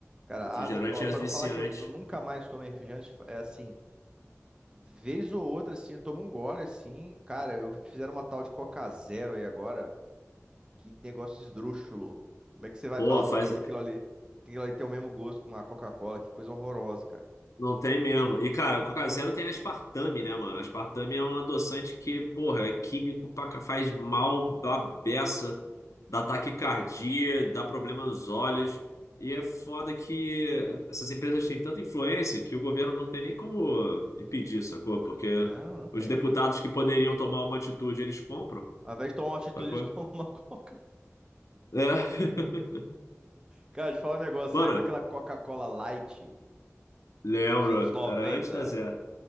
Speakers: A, on the right; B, on the left.
A: Cara,
B: Refrigerante
A: as... ó,
B: é
A: pra
B: viciante.
A: não falar que eu, eu nunca mais tomei refrigerante, é assim. Vez ou outra, assim, eu tomo um gole, assim. Cara, eu vi que fizeram uma tal de Coca Zero aí agora. Que negócio esdrúxulo. Como é que você vai
B: Pô,
A: falar
B: faz.
A: pra mim que aquilo ali, que aquilo ali tem o mesmo gosto com a Coca-Cola? Que coisa horrorosa, cara.
B: Não tem mesmo. E, cara, Coca Zero tem aspartame, né, mano? Aspartame é um adoçante que, porra, é químico, pra ca- faz mal da beça, dá taquicardia, dá problema nos olhos. E é foda que essas empresas têm tanta influência que o governo não tem nem como impedir, sacou? Porque
A: Não, não tem,
B: os deputados
A: cara.
B: que poderiam tomar uma atitude, eles compram,
A: Ao invés de tomar uma atitude,
B: sacou?
A: eles <laughs> tomam uma Coca.
B: É. <laughs>
A: Cara, te falar um negócio.
B: Mano,
A: Você lembra daquela Coca-Cola Light
B: lembro.
A: dos anos 90?
B: Era antes da Zé.